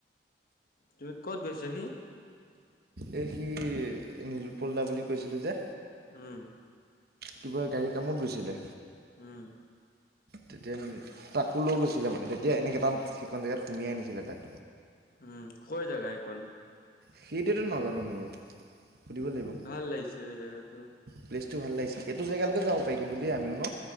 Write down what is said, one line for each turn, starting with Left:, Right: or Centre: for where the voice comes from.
Left: তুমি ক'ত গৈছে হি।
Right: এ সি নীৰুপল্ল দা বুলি কৈছিলো যে
Left: উম।
Right: কিবা গাড়ী কামত গৈছিলে।
Left: উম
Right: তেতিয়া তাকো লৈ গৈছিলে মানে তেতিয়া এনেকে এটাত সেইখন জেগাত সুমিয়াই আনিছিলে তাক।
Left: উম কৰ জাগা হেইকন?
Right: সেইটোৱেতো নাজানো ময়ও, সুধিব লাগিব।
Left: ভাল লাগিছে জেগাটো
Right: প্লেচটো ভাল লাগিছিল। সেইটো জেগালৈকে যাব পাৰি কিন্তু দেই আমি ন।